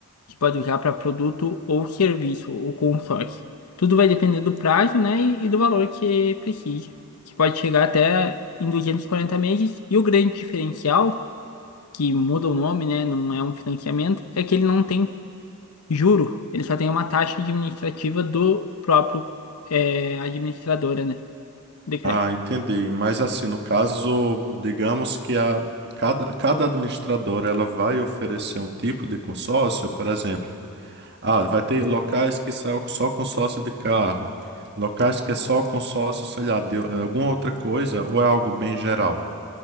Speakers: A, on the left (about 80°); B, on the right (about 50°).
A: que pode usar para produto ou serviço, o consórcio. Tudo vai depender do prazo, né, e, e do valor que precisa. que pode chegar até em 240 meses e o grande diferencial que muda o nome, né? Não é um financiamento, é que ele não tem juro, ele só tem uma taxa administrativa do próprio é, administradora, né? De crédito.
B: Ah, entendi. Mas assim, no caso, digamos que a, cada, cada administradora ela vai oferecer um tipo de consórcio, por exemplo. Ah, vai ter locais que são só com sócio de carro, locais que é só com sócio, sei lá, de alguma outra coisa, ou é algo bem geral?